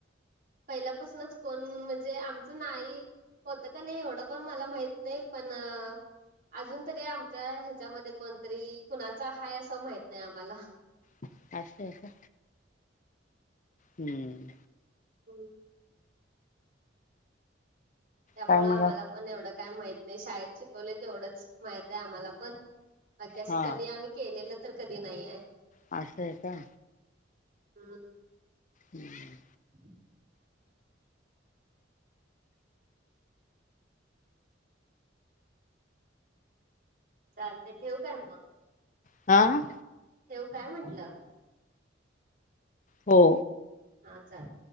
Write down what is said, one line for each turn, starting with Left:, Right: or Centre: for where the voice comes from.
Right: पहिल्यापासनच कोण म्हणजे आमचं नाही होत क नाही एवढं पण मला माहित नाही. पण. अजून तरी आमच्या ह्याच्यामध्ये कोणतरी ईल कुणाचा हाय असं माहित नाही आम्हाला.
Left: असं हाय का? हम्म.
Right: हम. त्यामुळ
Left: काय
Right: आम्हाला
Left: मग
Right: पण एवढं काय माहित नाही शाळेत शिकवलय तेवढंच माहित आहे आम्हाला. पण, बाकी असं
Left: हा
Right: कधी आम्ही केलेलं तर कधी नाही आहे.
Left: असं हाय का?
Right: हम्.
Left: हम्म.
Right: <inaudible> चाल ते ठेवू काय मग.
Left: आ.
Right: ठेवू काय म्हंटलं.
Left: हो.
Right: हा चाल.